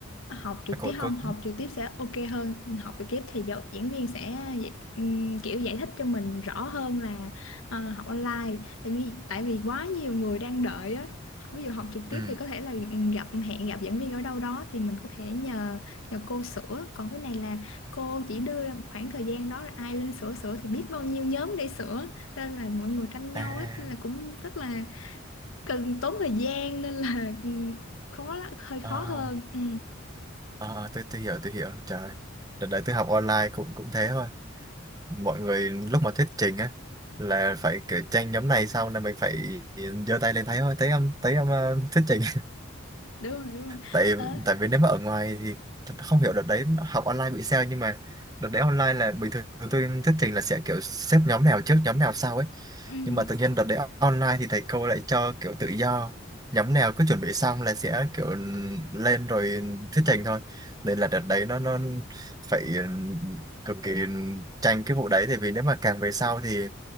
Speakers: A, on the left; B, on the right.
A: học trực
B: nó cũng
A: tiếp không
B: có
A: học trực tiếp sẽ ok hơn học trực tiếp thì giáo, diễn viên sẽ dạy- ừm, kiểu giải thích cho mình rõ hơn là ờ, học online tại vì tại vì quá nhiều người đang đợi á ví dụ học trực tiếp
B: ừ.
A: thì có thể là ừ, gặp hẹn gặp giảng viên ở đâu đó thì mình có thể nhờ nhờ cô sửa còn cái này là cô chỉ đưa ra một khoảng thời gian đó là ai lên sửa sửa thì biết bao nhiêu nhóm để sửa nên là mọi người tranh nhau
B: à
A: ấy nên là cũng rất là cần tốn thời gian nên là ừm, khó lắm, hơi khó
B: ờ.
A: hơn ừ.
B: Ờ, ờ, tôi, tôi hiểu tôi hiểu trời ơi. đợt đấy tôi học online cũng cũng thế thôi mọi người lúc mà thuyết trình á là phải kiểu tranh nhóm này xong là mình phải giơ tay lên thấy thôi thấy em thấy em ờ, thuyết trình
A: đúng rồi đúng rồi
B: tại
A: ờ
B: tại vì nếu mà ở ngoài thì thật không hiểu đợt đấy học online bị sao nhưng mà đợt đấy online là bình thường tôi thuyết trình là sẽ kiểu xếp nhóm nào trước nhóm nào sau ấy
A: ừ
B: nhưng mà tự nhiên đợt đấy online thì thầy cô lại cho kiểu tự do nhóm nào cứ chuẩn bị xong là sẽ kiểu lên rồi thuyết trình thôi nên là đợt đấy nó nó phải ừ, cực kỳ tranh cái vụ đấy tại vì nếu mà càng về sau thì